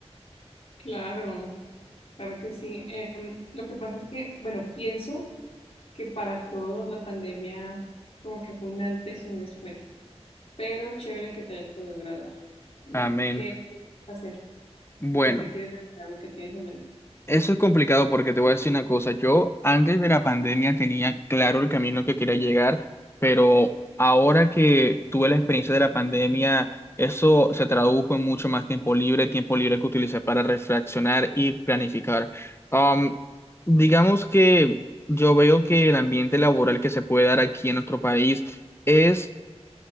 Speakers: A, on the left; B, on the left.
A: Claro, claro que sí. Em, lo que pasa es que, bueno, pienso que para todos la pandemia como que fue un antes y un después, pero chévere que te hayas podido graduar. Mm,
B: Amén.
A: ¿Qué quieres hacer?
B: Bueno.
A: ¿A ¿Qué te quieres dedicar o qué tienes en mente?
B: Eso es complicado porque te voy a decir una cosa. Yo antes de la pandemia tenía claro el camino que quería llegar, pero ahora que tuve la experiencia de la pandemia, eso se tradujo en mucho más tiempo libre, tiempo libre que utilicé para reflexionar y planificar. Um, digamos que yo veo que el ambiente laboral que se puede dar aquí en nuestro país es,